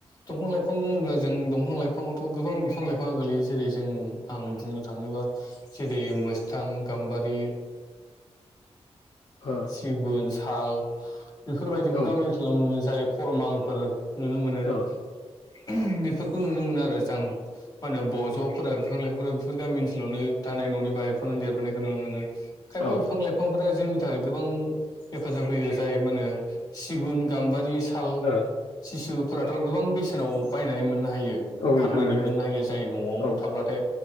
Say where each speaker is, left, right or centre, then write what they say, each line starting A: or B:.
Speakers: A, on the left; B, on the left.
A: दंफां लाइफां बुङोब्ला जों दंफां लाइफाङावथ' गोबां बिफां लाइफाङा गोलैयो जेरै जों आ उम बुंनो थाङोबा जेरै मोस्थां, गाम्बारि
B: ओ
A: सिगुन, साल, बेफोरबायदिखौ
B: औ
A: गामि ओनसोलाव मोनो जाय खरमांफोर नुनो मोनो।
B: ओ
A: <unintelligible> बेफोरखौ नुनो मोनो आरो जां मा होनो ब ज'फोरा बिफां लाइफांफोरा बेफोर गामि ओनसोलावनो थानाय न'नि बारिफोराव देरबोनायखौ नुनो मोनो। खायफा
B: औ ओ
A: बिफां लाइफांफोरा जोंनि थाखाय गोबां हेफाजाब होयो जाय मा होनो सिगुन, गाम्बारि साल
B: ओ
A: सिसुफोराथ' गोबां बेसेनाव बायनानै मोननो हायो
B: औ नोंथां
A: फाननानै
B: मोनो
A: मोननो हायो जाय न'आव
B: औ
A: थाब्लाथाय